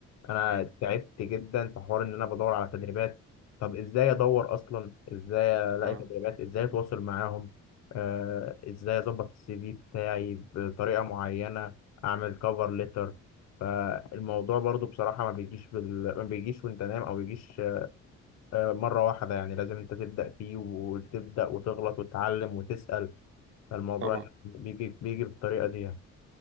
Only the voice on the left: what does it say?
انا
تعبت جدا في حوار ان انا بدور على تدريبات طب ازاي ادور اصلا ازاي الاقي
تدريبات ازاي اتواصل معاهم آه ازاي اظبط السي في بتاعي بطريقه معينه اعمل كفر ليتر فالموضوع برضو بصراحه ما بيجيش بال... ما بيجيش وانت نايم او بيجيش آه، مرة واحدة يعني لازم أنت تبدأ فيه وتبدأ وتغلط وتتعلم وتسأل فالموضوع
بيجي بيجي بالطريقة دي يعني